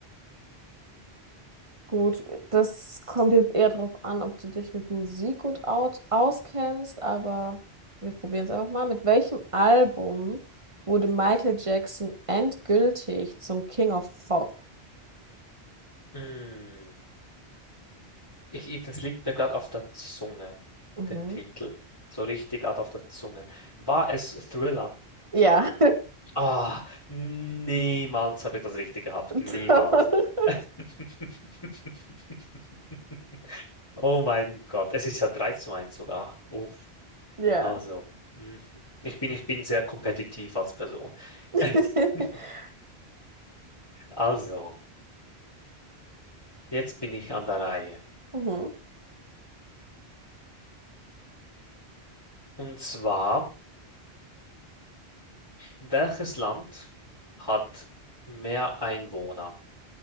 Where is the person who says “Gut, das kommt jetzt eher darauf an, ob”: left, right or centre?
Right